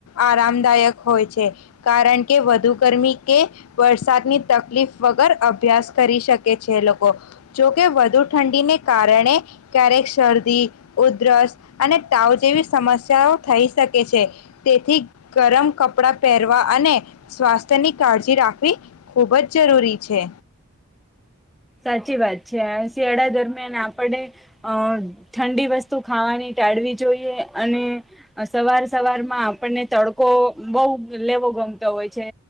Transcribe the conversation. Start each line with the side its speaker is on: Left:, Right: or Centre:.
Left: આરામદાયક હોય છે કારણ કે વધુ ગરમી કે વરસાદની તકલીફ વગર અભ્યાસ કરી શકે છે લોકો જોકે વધુ ઠંડીને. કારણે ક્યારેક શરદી ઉધરસ અને તાવ જેવી સમસ્યાઓ થઈ શકે છે તેથી ગરમ કપડા પહેરવા અને સ્વાસ્થ્યની કાળજી રાખવી ખૂબ જ જરૂરી છે.
Centre: સાચી વાત છે શિયાળા દરમિયાન આપણે અ ઠંડી વસ્તુ ખાવાની ટાળવી જોઈએ અને સવાર સવારમાં આપણને તડકો બહુ લેવો ગમતો હોય છે